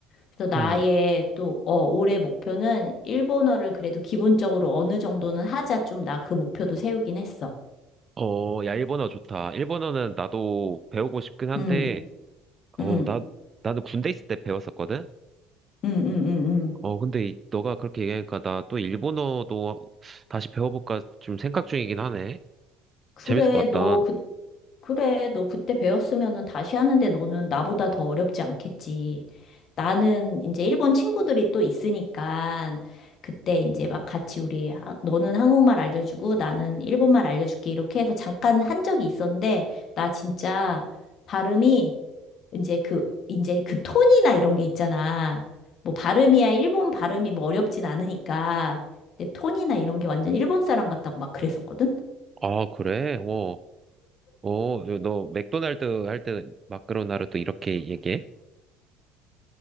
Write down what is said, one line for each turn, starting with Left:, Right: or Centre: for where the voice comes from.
Left: 그래서 나의
Right: 음.
Left: 또, 어, 올해 목표는 일본어를 그래도 기본적으로 어느 정도는 하자. 좀 나 그 목표도 세우긴 했어.
Right: 어, 야, 일본어 좋다. 일본어는 나도 배우고 싶긴 한데,
Left: 응,
Right: 어,
Left: 응,
Right: 나, 나는 군대 있을 때 배웠었거든?
Left: 응, 응, 응, 응.
Right: 어, 근데 이- 너가 그렇게 얘기하니까 나 또 일본어도 다시 배워볼까 좀 생각 중이긴 하네.
Left: 그래,
Right: 재밌을 것
Left: 너
Right: 같다.
Left: 그, 그래, 너 그때 배웠으면은 다시 하는데 너는 나보다 더 어렵지 않겠지. 나는 이제 일본 친구들이 또 있으니까 그때 이제 막 같이 우리, 아, 너는 한국말 알려주고 나는 일본말 알려줄게. 이렇게 해서 잠깐 한 적이 있었는데 나 진짜 발음이 이제 그, 이제 그 톤이나 이런 게 있잖아. 뭐 발음이야, 일본 발음이 뭐 어렵진 않으니까. 근데 톤이나 이런 게 완전 일본 사람 같다고 막 그랬었거든?
Right: 아, 그래? 어, 어, 너 맥도날드 할 때 마카로나를 또 이렇게 얘기해?